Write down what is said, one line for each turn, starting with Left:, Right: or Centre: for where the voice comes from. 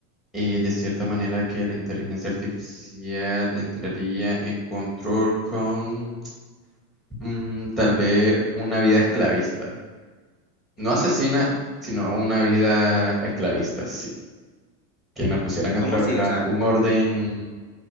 Centre: eh, de cierta manera que la inteligencia artificial entraría en control con mm, tal vez una vida esclavista. No
Left: esclavista.
Centre: asesina, sino una vida esclavista, sí. Que nos pusieran a
Left: ¿Cómo
Centre: trabajar
Left: así? O sea,
Centre: un orden